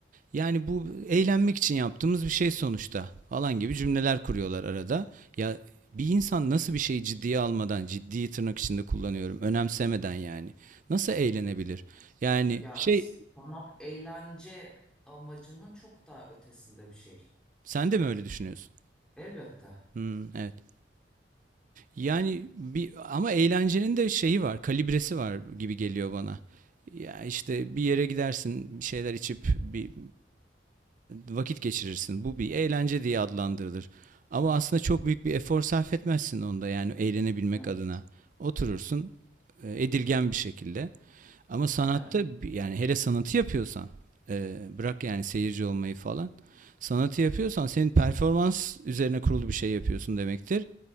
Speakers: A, on the right (about 45°); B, in the centre.
A: yani bu eğlenmek için yaptığımız bir şey sonuçta falan gibi cümleler kuruyorlar arada. Ya bir insan nasıl bir şeyi ciddiye almadan, ciddiyi tırnak içinde kullanıyorum, önemsemeden yani nasıl eğlenebilir? Yani
B: Ya
A: şey
B: sanat eğlence amacının çok daha ötesinde bir şey.
A: sen de mi öyle düşünüyorsun?
B: Elbette.
A: Hmm, evet. Yani bir ama eğlencenin de şeyi var, kalibresi var gibi geliyor bana. Ya işte bir yere gidersin, bir şeyler içip bir vakit geçirirsin. Bu bir eğlence diye adlandırılır. Ama aslında çok büyük bir efor sarf etmezsin onda yani eğlenebilmek
B: Evet.
A: adına. Oturursun e, edilgen bir şekilde. Ama sanatta
B: Evet.
A: bi- yani hele sanatı yapıyorsan e, bırak yani seyirci olmayı falan. Sanatı yapıyorsan senin performans üzerine kurulu bir şey yapıyorsun demektir.